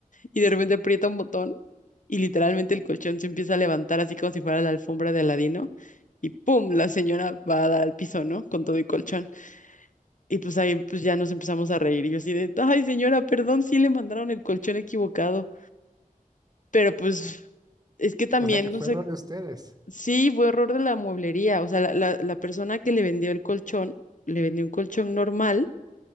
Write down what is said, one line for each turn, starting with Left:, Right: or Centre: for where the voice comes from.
Left: y de repente aprieta un botón y literalmente el colchón se empieza a levantar así como si fuera la alfombra de Aladino. Y pum, la señora va a dar al piso, ¿no? Con todo el colchón. Y pues ahí pues ya nos empezamos a reír. Y yo así de, ay señora, perdón, sí le mandaron el colchón equivocado. Pero pues es que también,
Right: O sea que
Left: no
Right: fue
Left: sé,
Right: error de ustedes.
Left: sí fue error de la mueblería. O sea, la, la, la persona que le vendió el colchón, le vendió un colchón normal.